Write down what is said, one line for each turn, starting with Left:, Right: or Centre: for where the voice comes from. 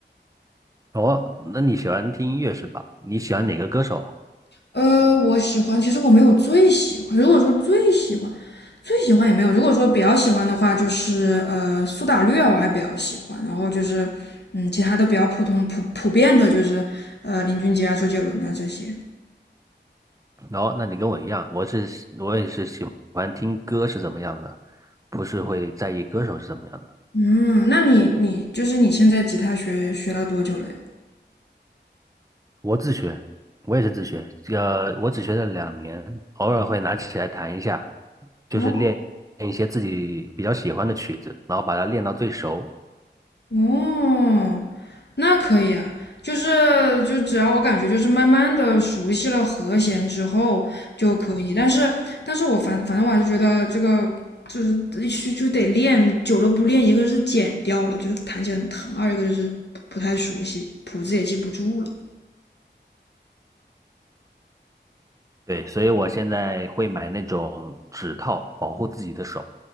Right: 哦，那你喜欢听音乐是吧？你喜欢哪个歌手啊
Left: 呃，我喜欢，其实我没有最喜欢，如果说最喜欢，最喜欢也没有。如果说比较喜欢的话，就是呃苏打绿啊，我还比较喜欢。然后就是嗯，其他的比较普通普普遍的，就是呃林俊杰啊、周杰伦啊这些。
Right: 哦，那你跟我一样，我是我也是喜欢听歌是怎么样的，不是会在意歌手是怎么样的。
Left: 嗯，那你你就是你现在吉他学学了多久了呀？
Right: 我自学，我也是自学，呃，我只学了两年，偶尔会拿起来弹一下，就是练一些自己比较喜欢的曲子，
Left: 哦
Right: 然后把它练到最熟。
Left: 哦，那可以啊，就是就只要我感觉就是慢慢的熟悉了和弦之后就可以，但是但是我反反正我还是觉得这个就是就就得练，久了不练，一个是剪掉了，就是弹起来很疼，二一个就是不不太熟悉，谱子也记不住了。
Right: 对，所以我现在会买那种指套保护自己的手。